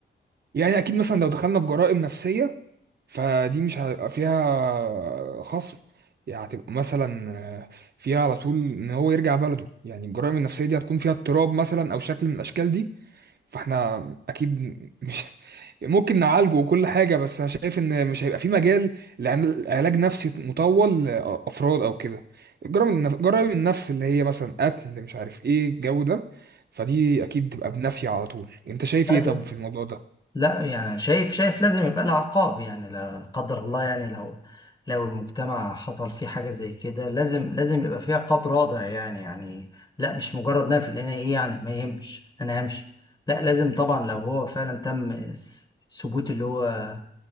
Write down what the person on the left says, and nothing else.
لا
ده-
لا، يعني شايف شايف لازم يبقى لها عقاب يعني لا لا قدر الله يعني لو لو المجتمع حصل فيه حاجة زي كده لازم لازم يبقى فيه عقاب رادع يعني يعني لا مش مجرد نفي لان ايه يعني ما يهمش انا همشي لا لازم طبعا لو هو فعلا تم س- ثبوت اللي هو